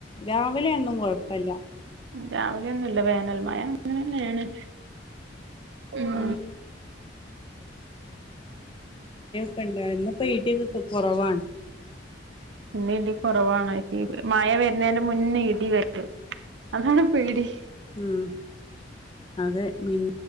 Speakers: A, on the left; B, on the right.
A: രാവിലെ ഒന്നും കൊഴപ്പല്ല
B: രാവിലെയൊന്നുംല്ല വേനൽ മഴ അങ്ങനന്നെണ് ഉം
A: ആ ഒക്കെണ്ടായിരുന്നു ഇന്നിപ്പം ഇടി ക്കെ കൊറവാണ്
B: ഇന്നിടി കൊറവാണ് മഴ വരുന്നേന്റ മുന്ന ഇടി വരും അതാണ് പേടി
A: ഉം അതെ മി